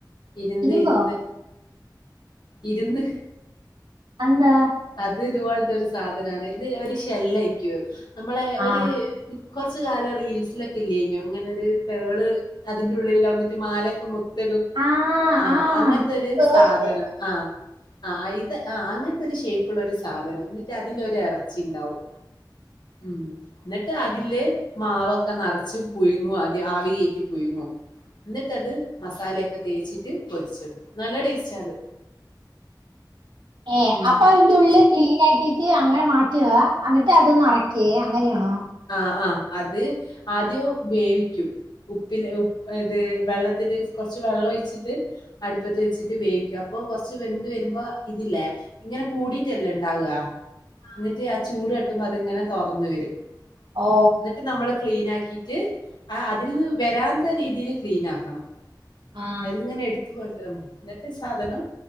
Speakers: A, on the left; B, on the right.
A: ഇരുന്ത്
B: ഇരുമ്പോ
A: ഇരുന്ത് ഇരുന്ത്
B: അതെന്താ
A: അത് ഇതുപോലത്തെ ഒരു സാധനാണ് ഇത് ഒരു ഷെല്ലയിക്കും നമ്മളെ
B: ആ
A: ഒരു കുറച്ച കാലം റീൽസിലൊക്കെ ഇല്ലെനിയോ ഇങ്ങനെ ഒരു പേള് അതിറെ ഉള്ളിൽ വന്നിട്ട് മാലക്കെ മുത്ത്
B: ആ
A: ആഹ്
B: ആ
A: അങ്ങനത്തെ ഒരു
B: പേര്.
A: സാധനം ആഹ് ആഹ് ആഹ് അങ്ങനത്തെ ഒരു ഷേയ്പ്ള്ള ഒരു സാധനം എന്നിട്ട് അതിലൊരു എറച്ചിണ്ടാവും ഉം എന്നിട്ട് അതില് മാവൊക്കെ നിറച്ച് പുഴുങ്ങും ആദ്യം ആവി കയറ്റി പുഴുങ്ങും. ന്നിട്ടത് മസാലയൊക്കെ തേച്ചിട്ട് പൊരിച്ചെട്ക്കും നല്ല ടേസ്റ്റാ അത്.
B: ഏ,
A: ഉം.
B: അപ്പൊ അയിന്റെ ഉള്ള് ക്ലീൻ ആക്കീട്ട് അങ്ങനെ മാറ്റാ അന്നിട്ട് അത് നറേ ക്കേ, അങ്ങനെയാണോ?
A: ആഹ്‌ ആഹ്‌ അത് ആദ്യം വേവിക്കും. ഉപ്പില് ഉപ്പ് ഏത് വെള്ളത്തില് കൊർച്ച് വെള്ളഴിച്ചിട്ട് അടുപ്പത്ത് വെച്ചിട്ട് വേവിക്ക, അപ്പൊ കൊർച്ച് വെന്ത് വരുമ്പോ ഇതില്ലേ ഇങ്ങനെ പൂടീട്ടല്ലേ ഉണ്ടാവാ എന്നിട്ട് ആ ചൂട് നട്ടുമ്പോ അതിങ്ങനെ തുറന്ന് വരും
B: ഓ
A: എന്നിട്ട് നമ്മള് ക്ലീൻ ആക്കിട്ട് അതിൽ നിന്ന് വരാത്ത രീതിയിൽ ക്ലീൻ ആക്കണം
B: ആ
A: അതിലിങ്ങനെ എടുത്ത പോയത് എന്നിട്ട് സാധനം